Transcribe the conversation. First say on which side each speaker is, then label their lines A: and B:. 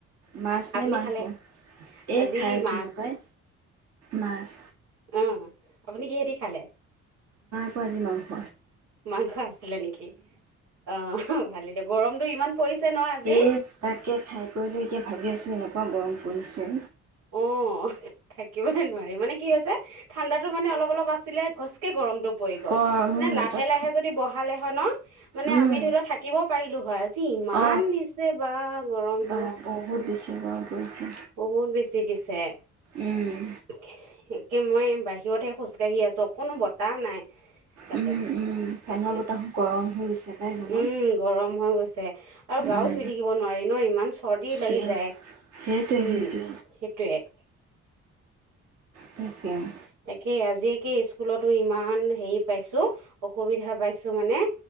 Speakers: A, on the right; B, on the right.
A: মাছ নে
B: আপুনি
A: মাংস?
B: খালে?
A: এই
B: আজি
A: খাই উঠিলো
B: মাছ।
A: পাই মাছ
B: উম। আপুনি কিহে দি খালে।
A: পুৱা আজি মা।
B: মাংস আছিলে নেকি অ ভালি। গৰমটো ইমান! পৰিছে ন' আজি।
A: এ তাকে খাই কৰিলেো এতিয়া ভাবি আছো। এনেকুৱা গৰম পৰিছে।
B: অ থাকিবইে নোৱাৰি মানে। কি হৈছে, ঠাণ্ডাটো মানে অলপ অলপ আছিলে গছকে গৰম <inaudible> পৰি গল
A: গৰম
B: মানে লাহে
A: তাত
B: লাহে যদি বহালে হয় ন মানে
A: উম
B: আমি ধৰি লও থাকিব পাৰিলো হয় আজি ইমান
A: অ
B: দিছে বা গৰমটো।
A: বা বহুত বেছি গৰম পৰিছে
B: বহন বেছি দিছে।
A: উম
B: <unintelligible> মই বাহিৰতহে খোজকাঢ়ি আছো অকোনো বতাহ নাই। তাতে
A: উম উম ফেনৰ
B: আজি
A: বতাহো গৰম হৈ গৈছে পাই ৰুমত
B: উম গৰম হৈ গৈছে আৰু গাও
A: উম
B: ধুই থাকিব নোৱা ন ইমান। চৰ্দিও
A: সেয়া
B: লাগি যায়,
A: সেইটোৱে
B: উম,
A: সেইটোৱে।
B: সেইটোৱে।
A: তাকে। <inaudible>
B: তাকে আজিকে স্কুলতো ইমান হেৰি পাইছো অসুবিধা পাইছো মানে।